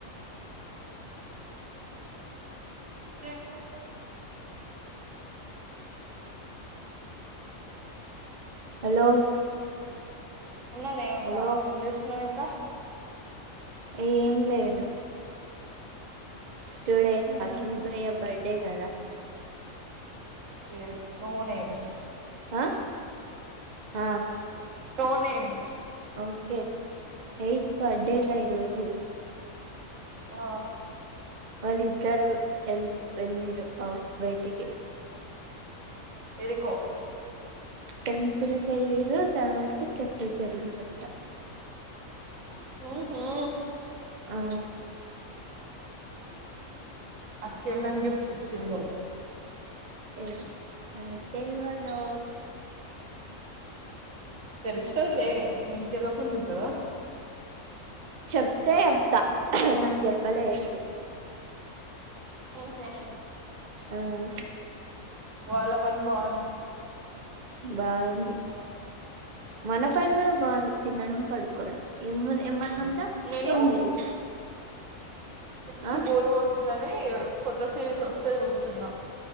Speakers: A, on the right; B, on the right.
A: చెయ్యట్లే
B: హలో
A: ఉన్ననే ఉన్న
B: హలో
A: ఏం చేస్తున్నావ్ ఇంకా
B: ఏం లేదు టుడే
A: హ్మ్
B: అట్టిగానే లేయా బర్త్డే కదా
A: పేరు నో నేమ్స్
B: ఆ ఆ
A: no names
B: okay eight birthday సైని రోజు
A: ఆ
B: వాళ్ళద్దరు ఎల్ వెళ్ళరు అ బయటికి
A: ఎడికో
B: టెంపుల్ కి వెళ్ళరు తర్వాత కెఫకి వెళ్ళరాంట
A: ఓహో
B: ఆ
A: అక్క ఏమేం గిఫ్ట్స్ ఇచ్చిందో
B: ఏ నాకు తెలవదో
A: తెలుస్తదిలే నీకు తెలవకుండా ఉంటదా
B: చెప్తే చెప్తా నాకు చెప్పలే ఏంది
A: ఉహు
B: ఉమ్
A: వాళ్ళ పని బాగుంది
B: బావుంది మన పని కూడా బాగుంది తినడం పడుకోవడం ఏమన్నా ఉందా
A: నేను
B: ఏం లేదు
A: పిచ్చి
B: ఆ
A: బోర్ కొడుతున్నది అన్ని కొత్త సిరీస్ వస్తే చూస్తున